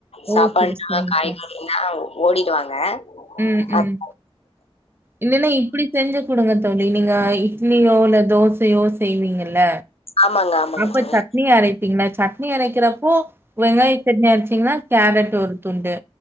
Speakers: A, on the left; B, on the right.
A: சாப்பாடுன்னா
B: ஓகே சரிங்க
A: காய்கறின்னா ஓடிடுவாங்க
B: உம் உம்
A: அது
B: இனிமே இப்டி செஞ்சு குடுங்க தோழி நீங்க இட்லியோ இல்ல தோசயோ செய்வீங்கல்ல
A: ஆமாங்க ஆமாங்க
B: அப்ப
A: தோழி.
B: சட்னி அரைப்பிங்களா சட்னி அரைக்கிறப்போ வெங்காய சட்னி அரைச்சிங்கன்னா கேரட் ஒரு துண்டு